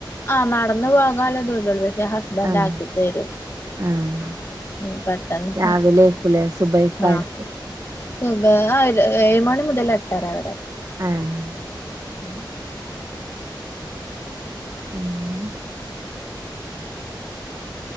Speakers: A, on the left; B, on the right.
A: ആഹ് നടന്നു പോകാലേ ദൂരേള്ളൂ പക്ഷേ ഹസ്ബൻഡ്
B: ആഹ്
A: ആക്കി തരും.
B: ആഹ്
A: ഉം പെട്ടെന്ന്
B: രാവിലെക്കുലേ സുബൈക്കാര്ക്കും
A: ആഹ്- സുബ്ഹ് ആഏഴ് മണി മുതൽ എട്ടര വരെ
B: ഹേ ഹേ
A: ഉം <inaudible>
B: പിന്നെ